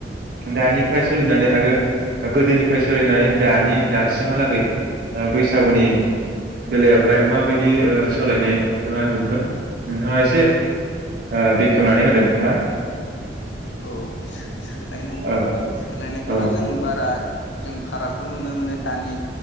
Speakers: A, on the right; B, on the left.
A: दानिफ्राय सोलिनानै आरो गोदोनिफ्राय सोलिनाय दानि दासिमहालागै ओ बैसागुनि बेलायावहाय माबायदि ओ सोलायनाय नोंथाङा नुबोदों नोंथाङा एसे ओ बेखेवनानै होदो नोंथाङा।
B: औ सोलायनाय
A: औ
B: सोलायनायखौथ'
A: औ
B: जों बारा जों फाराग खौ नुनो मोनो दानि